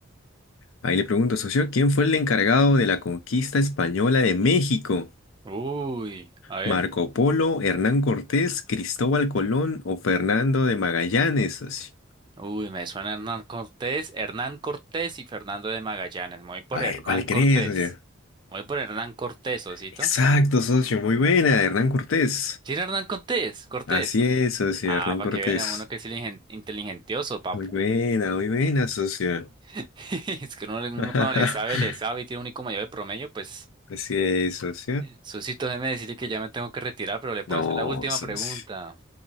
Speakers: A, on the left; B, on the right.
A: Ahí le pregunto, socio, ¿quién fue el encargado de la conquista española de México?
B: Uy, a ver.
A: ¿Marco Polo, Hernán Cortés, Cristóbal Colón o Fernando de Magallanes, socio?
B: Uy, me suena Hernán Cortés, Hernán Cortés y Fernando de Magallanes. Me voy por
A: Ay,
B: Hernán
A: ¿cuál
B: Cortés.
A: crees, socio?
B: Me voy por Hernán Cortés, Osito.
A: Exacto, socio, muy buena, Hernán Cortés.
B: ¿Sí era Hernán Cortés? Cortés.
A: Así es, socio,
B: Ah,
A: Hernán
B: para
A: Cortés.
B: que vean a uno que es iligen- inteligentioso, papu.
A: Muy buena, muy buena, socio.
B: <laughs> Es que uno, le- uno
A: <laughs>
B: cuando le sabe, le sabe y tiene un IQ mayor de promedio, pues.
A: Así es, socio.
B: Susito, déjeme decirle que ya me tengo que retirar, pero le puedo
A: No,
B: hacer la última
A: socio.
B: pregunta.